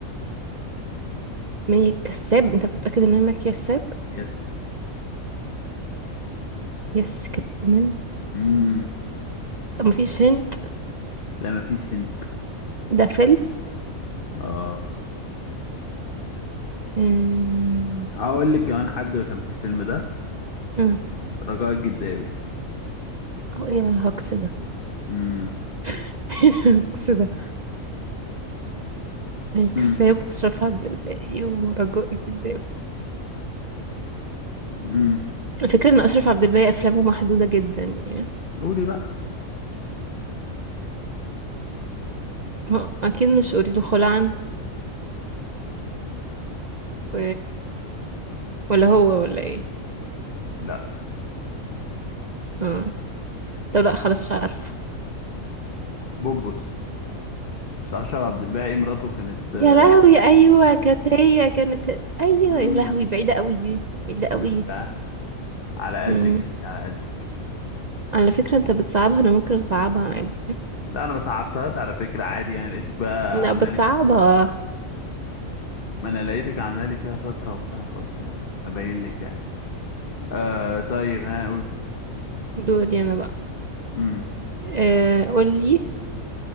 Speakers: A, on the right; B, on the left.
A: مي كساب انت متاكد ان هي مي كساب
B: يس
A: يس كمان
B: امم
A: طب مفيش هنت
B: لا مفيش هنت
A: ده فيلم
B: اه
A: آه،
B: هقول لك كمان حد كان في الفيلم ده
A: امم
B: رجاء الجداوي
A: هو ايه الهجص ده
B: امم
A: <laughs> إيه الهجص ده
B: امم
A: كساب اشرف عبد الباقي ورجاء الجداوي
B: امم
A: الفكره ان اشرف عبد الباقي افلامه محدوده جدا يعني
B: قولي بقى
A: ما- اكيد مش اريد خلعا و... ولا هو ولا ايه
B: لا
A: اه طب لا خلاص مش عارفه
B: بوبوس مش اشرف عبد الباقي مراته كانت آه،
A: يا لهوي ايوه كانت هي كانت ايوه
B: امم
A: يا لهوي بعيده قوي دي بعيده قوي
B: شفت بقى على قدك
A: امم
B: انت على قدك
A: على فكره انت بتصعبها انا ممكن اصعبها عادي
B: لا انا ما صعبتهاش على فكره عادي يعني لقيتك بقى
A: لا
B: عامله
A: بتصعبها
B: لي فيها شطره ما انا لقيتك عامله لي فيها شطره وبتاع فقلت ابين لك يعني آه طيب ها قول
A: دوري انا بقى
B: امم
A: آه قولي